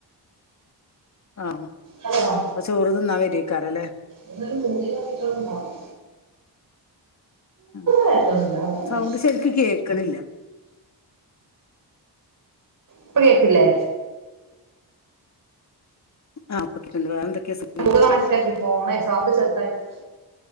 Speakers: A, on the left; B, on the right.
A: ആഹ്
B: ഹലോ
A: അപ്പം ചോറ് തിന്നാൻ വരുവെയ്ക്കാരല്ലേ?
B: ഇന്നൊരു മൂടി കെട്ടിക്ക്ണ് ണ്ടാണും
A: ആഹ്
B: വരലൊന്നുമില്ല അവിടെ തന്നെ
A: സൗണ്ട് ശരിക്ക് കേക്ക്ണില്ല
B: ഇപ്പ കേക്കില്ലേ?
A: ആഹ് ഇപ്പൊ കേക്ക്ണ്ട് വേറെന്തെക്കെ സു
B: ബ്ലൂട്ടൂത്ത് കണക്റ്റാക്കിയിട്ട് ഫോണെ സൗണ്ട് ചെറുതായിട്ട്